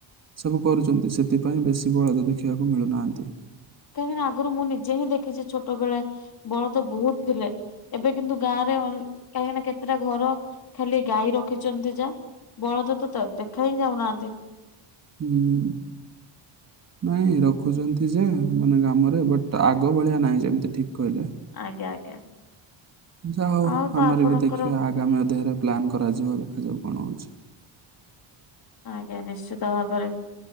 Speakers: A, on the right; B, on the left.
A: ସବୁ କରୁଚନ୍ତି ସେଥିପାଇଁ ବେଶୀ ବଳଦ ଦେଖିବାକୁ ମିଳୁନାହାଁନ୍ତି।
B: କାହିଁକିନା ଆଗରୁ ମୁଁ ନିଜେ ହିଁ ଦେଖିଛି ଛୋଟବେଳେ ବଳଦ ବହୁତ ଥିଲେ ଏବେ କିନ୍ତୁ ଗାଁ ରେ କାହିଁକି ନା କେତେଟା ଘର ଖାଲି ଗାଈ ରଖିଛନ୍ତି ଯା ବଳଦତ ତ ଦେଖା ହିଁ ଯାଉନାହାନ୍ତି।
A: ହୁଁ। ନାଇଁ ରଖୁଛନ୍ତି ଯେ ମାନେ ଗ୍ରାମରେ ବଟ୍ ଆଗ ଭଳିଆ ନାହିଁ ଯେମିତି ଠିକ୍ କହିଲେ।
B: ଆଜ୍ଞା ଆଜ୍ଞା।
A: ଯାହା ହଉ
B: ଆଉ ତ
A: ଆମର
B: ଆପଣଙ୍କର
A: ବି ଦେଖିବା ଆଗାମୀ ଅଧ୍ୟାୟରେ ପ୍ଲାନ୍ କରାଯିବ ଦେଖାଯାଉ କଣ ହଉଛି।
B: ଆଜ୍ଞା ନିଶ୍ଚିତ ଭାବରେ।